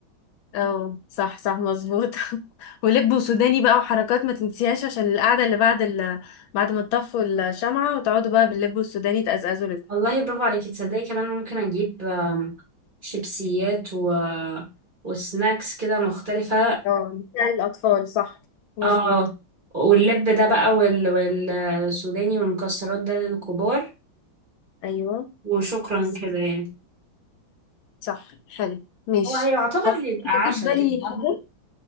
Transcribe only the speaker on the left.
اه صح صح مظبوط <laughs> ولب وسوداني بقى وحركات ما تنسيهاش عشان القعدة اللي بعد ال... بعد ما تطفوا الشمعة وتقعدوا بقى باللب والسوداني تقزقزوا لب
اه بتاع الأطفال صح مظبوط
أيوه
بز-
صح حلو ماشي
خلاص
لو جه
في بالي
حاجة